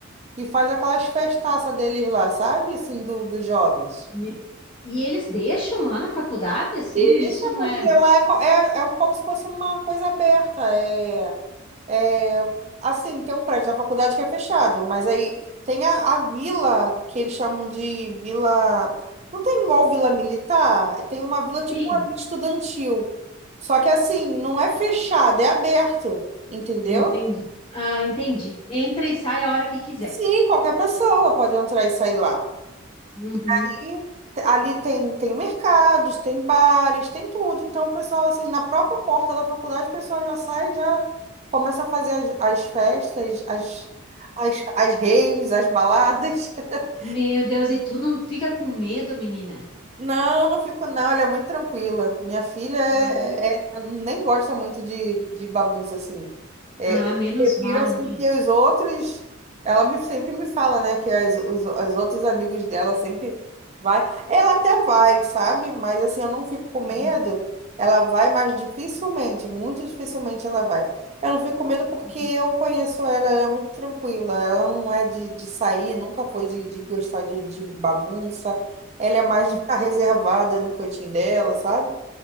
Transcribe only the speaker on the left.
me- e eles deixam lá na faculdade, assim?
Isso não
é.
Sim,
entendi. Ah, entendi. Entra e sai a hora que quiser.
Uhum.
Meu Deus, e tu não fica com medo, menina?
Ah,
ah,
menos
mal,
né?
Uhum,
uhum.
Hum,